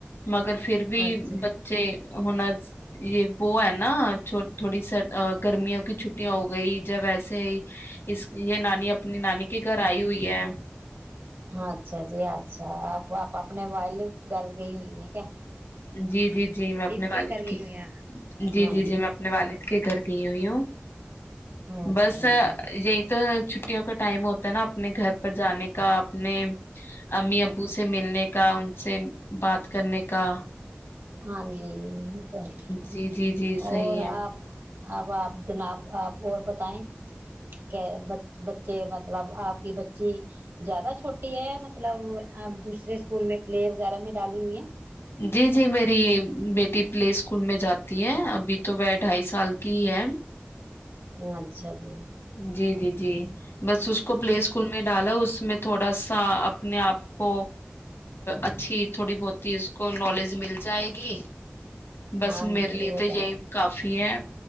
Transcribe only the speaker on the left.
مگر پھر بھی
بچے ہونا یہ وہ ہے نا نا تھوڑی س گرمیوں کی چھٹییاں ہو گئی جب ویسے ہی <inaudible> اس یہ نانی اپنی نانی کے گھر آئی ہوئی ہے
جی جی جی میں اپنے
والد
کی
جی
جی جی میں اپنے والد کے گھر تو
بس
یہی تو چھٹیوں کا ٹائم ہوتا ہے نا اپنے گھر پر جانے کا اپنے امی ابو سے ملنے کا ان سے بات کرنے کا
جی جی جی صحیح
ہے
جی جی میری بیٹی پلیس اسکول میں جاتی ہے ابھی تو وہ ڈھائی سال کی ہی ہے
جی جی جی بس اس کو پلے اسکول میں ڈالا اس میں تھوڑا سا اپنے آپ کو اچھی تھوڑی بہت اس کو نالج مل جائے گی بس
میرے
لیے
تو اجائی
کافی ہے